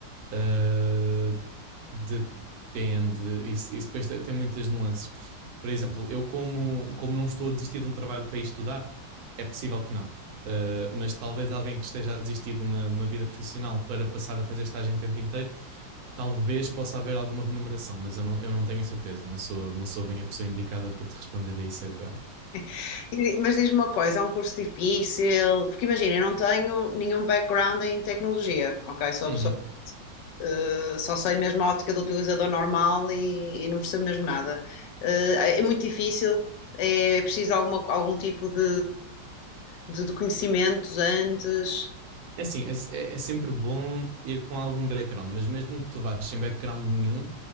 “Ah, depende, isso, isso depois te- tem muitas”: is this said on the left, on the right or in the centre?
Right